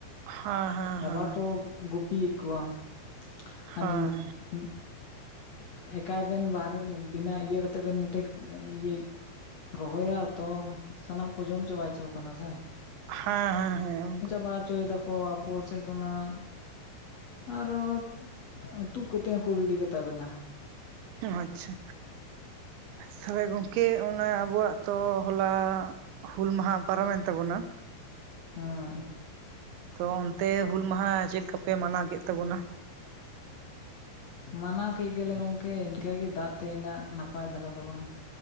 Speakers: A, on the right; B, on the left.
A: ᱦᱮᱸ ᱦᱮᱸ
B: ᱵᱟᱠᱚ ᱜᱩᱯᱤᱭᱮᱫ ᱠᱚᱣᱟ᱾ <unintelligible>
A: ᱦᱮᱸ
B: ᱮᱠᱟᱭ ᱵᱮᱱ ᱵᱟᱦᱨᱮ ᱵᱮᱱᱟᱹ ᱤᱭᱟᱹ ᱠᱟᱛᱮᱫ ᱵᱮᱱ ᱱᱟᱴᱮᱡ ᱤᱭᱟᱹ ᱨᱚᱦᱚᱭᱟ ᱛᱚ ᱥᱟᱱᱟᱢ ᱠᱚ ᱡᱚᱢ ᱪᱟᱵᱟᱭᱪᱚ ᱠᱟᱱᱟ ᱥᱮ
A: ᱦᱮᱸ ᱦᱮᱸ ᱦᱮᱸ
B: ᱪᱟᱵᱟᱪᱚᱭ ᱫᱟᱠᱚ ᱟᱯᱚ ᱥᱮᱫ ᱠᱷᱚᱱᱟᱜ ᱟᱨᱚ ᱦᱚᱸ ᱛᱩᱫ ᱠᱟᱛᱮ ᱦᱚᱸ ᱠᱚ ᱜᱤᱰᱤ ᱠᱟᱛᱟ ᱵᱮᱱᱟ᱾
A: ᱟᱪᱪᱷᱟ ᱛᱟᱦᱚᱞᱮ ᱜᱚᱝᱠᱮ ᱚᱱᱟ ᱟᱵᱚᱣᱟᱜ ᱛᱚ ᱦᱚᱞᱟ ᱦᱩᱞ ᱢᱟᱦᱟ ᱯᱟᱨᱚᱢᱮᱱ ᱛᱟᱵᱚᱱᱟ᱾
B: ᱦᱮᱸ
A: ᱛᱚ ᱚᱱᱛᱮ ᱦᱩᱞ ᱢᱟᱦᱟ ᱪᱮᱫ ᱞᱮᱠᱟᱯᱮ ᱢᱟᱱᱟᱣ ᱠᱮᱫ ᱛᱟᱵᱚᱱᱟ᱾
B: ᱢᱟᱱᱟᱣ ᱠᱮᱫ ᱜᱮᱭᱟ ᱞᱮ ᱜᱚᱝᱠᱮ ᱤᱱᱠᱟᱹᱜᱮ ᱫᱟᱜ ᱛᱮ ᱤᱱᱟᱹᱜ ᱱᱟᱯᱟᱭ ᱫᱷᱟᱨᱟ ᱫᱚ ᱵᱟᱝ